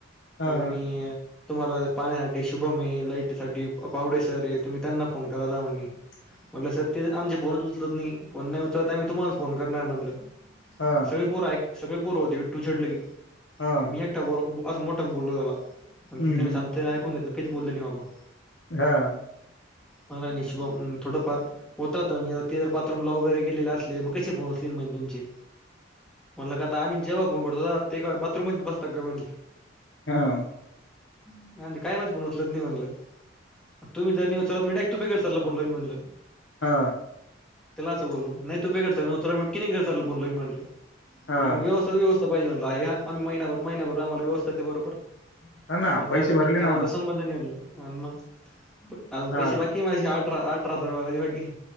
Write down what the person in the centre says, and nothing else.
त्या म्हणे तुम्हाला पाण्यासाठी शुभमे, लाईटसाठी पावडेसर आहे. तुम्ही त्यांना फोन करा द म्हणे.
म्हटलं, सर ते आमचे फोनच उचलत नाही. फोन नाही उचलत आम्ही तुम्हाला फोन करणार म्हटलं.
सगे पोर. से पोर होते तू झड लग
आ. म ब अस मोठा बोललो. त्याला म्ह
त्याने
सांगत ऐकून घेतलं. कच बोललं नाही मला.
मला निशभ थोडंफार होता. ते जर बाथूमला वगैरे गेले असले, मग कसे फोन असहि तुमचे. म्हणला का आता, आम्ही जेव्हा फोन करतो. ते का बाथरूमच बसता का म्हण.
मि म्हंटल काय माहित फोन उचलत नाही म्हणलं. तुम्ही जर नाही उचला तर मी डायरेक्ट तूपेकर. करला फोन लावीन म्हणलं.
त्याला असं बोललो. नाही तूपेकर सर उचाला, तर किनेगर सरला फोन लावीन म्हंटल.
व्यवस्था व्यव <inaudible> पाहिजे म्हट आहे. आमही महिनार, महिभर. आम्हा व्यवस्ाेत त्या बरोबर. <unintelligible>
तुमचा
न आमचा
संबंध नाय म्हंटल. अनं मग, आजुन
पैसे बाकी माजे आठरा, अठरा हजार भरायचे बाकी.